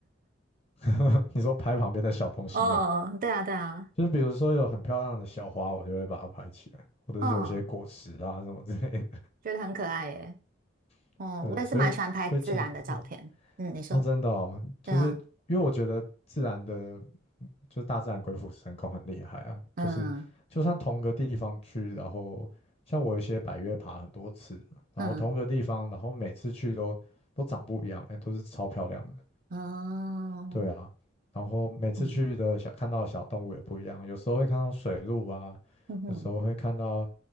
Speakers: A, on the left; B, on the right.
A: <laughs> 你说拍旁边的小东西嘛，
B: 哦，对啊对啊，
A: 就是比如说有很漂亮的小花，我就会把它拍起来，或者是有一些果实啊什么之类的。
B: 嗯，觉得很可爱耶。
A: <laughs>
B: 哦，
A: 对，
B: 我也是蛮喜欢拍自然的照片。
A: 所以所以其实
B: 嗯，你说？
A: 哦，真的哦，就是因为我觉得自然的，
B: 对啊，
A: 嗯就是大自然鬼斧神工很厉害啊。
B: 嗯
A: 就是就算同个地方去，然后像我有一些百越爬很多次，然后同个地方，
B: 嗯
A: 然后每次去都都长不一样，哎，都是超漂亮的。
B: 哦，
A: 对啊，然后每次去的小看到的小动物也不一样，
B: 嗯
A: 有时候会看到水鹿啊，
B: 嗯哼
A: 有时候会看到